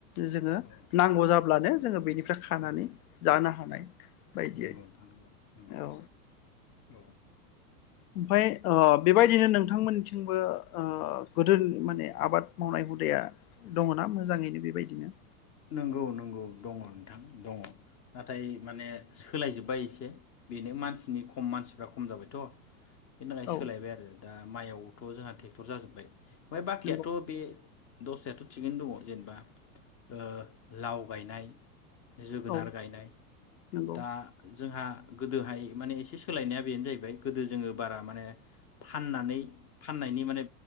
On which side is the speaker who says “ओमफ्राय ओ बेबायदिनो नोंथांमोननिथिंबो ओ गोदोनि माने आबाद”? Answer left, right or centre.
Left